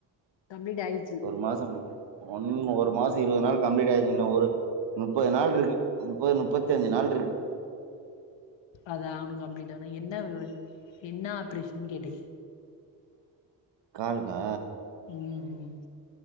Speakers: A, on the left; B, on the right.
A: கம்ப்ளீட் ஆய் டுச்சு
B: ஒரு மாசம் ஒன் ஒரு மாசம் இருபது நாள் கம்ப்ளீட் ஆய்ச்சுன்னா ஒரு நுப்பது நாள் இருக்கு நுப்பது நுப்பத்தஞ்சு நாள் இருக்கு
A: அது அவனு கம்ப்ளீட் ஆனா என்ன வி என்ன ஆப்ரேஷன் கேட்டே
B: காலுகா
A: ம் ம்